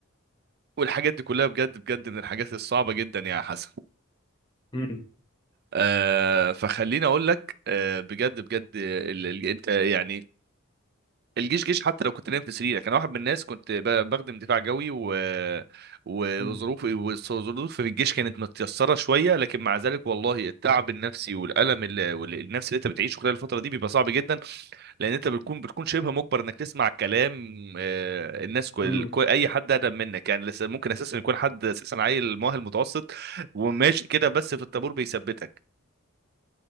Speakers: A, on the right; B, on the left.
A: والحاجات دي كلها بجد بجد من الحاجات الصعبه جدا يا حسن
B: مم.
A: آه فخليني اقول لك آه بجد بجد ال ال انت يعني الجيش جيش حتى لو كنت نايم في سريرك انا واحد من الناس كنت ب- بخدم دفاع جوي و وظروفي
B: مم.
A: وظروفي في الجيش كانت متيسره شويه لكن مع ذلك والله التعب النفسي والالم ال- وال- النفسي اللي انت بتعيشه خلال الفتره دي بيبقى صعب جدا لان انت بتكون بتكون شبه مجبر انك تسمع كلام آه، الناس كل
B: مم.
A: كل- اي حد اقدم منك يعني لسه ممكن اساسا يكون حد اساسا عيل مؤهل متوسط وماشي كده بس في الطابور بيثبتك